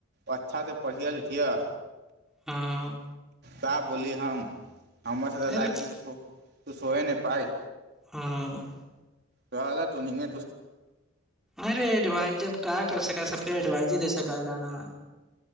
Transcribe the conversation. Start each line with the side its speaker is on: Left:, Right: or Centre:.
Right: अच्छासँ पढ़िए लिखियह
Centre: हँ
Right: का बोली हम हमर
Centre: अरे
Right: लाइफ मे दोसो तू सोह ने पाय
Centre: हँ <inaudible>
Right: तऽ जा तू न ने <unintelligible>
Centre: अरे भाइ जब क कर सका सब फर एडवाइज दे सकय ल‌ ना